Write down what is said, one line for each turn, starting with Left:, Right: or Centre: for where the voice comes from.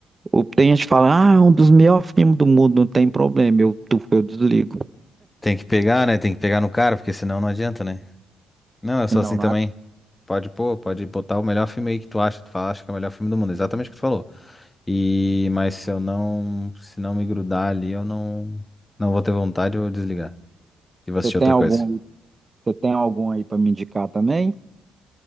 Right: o- tem gente que fala, ah, é um dos melhores filmes do mundo, não tem problema. Eu, tu- eu desligo.
Left: Tem que pegar, né? Tem que pegar no cara, porque senão não adianta, né? Não, eu sou
Right: Não,
Left: assim
Right: não.
Left: também.
Right: há-
Left: Pode pôr, pode botar o melhor filme aí que tu acha, tu fala, acha que é o melhor filme do mundo. Exatamente o que tu falou. E mas se eu não, se não me grudar ali, eu não não vou ter vontade, eu vou desligar e vou assistir
Right: Você tem
Left: outra
Right: algum
Left: coisa.
Right: aí? Você tem algum aí para me indicar também?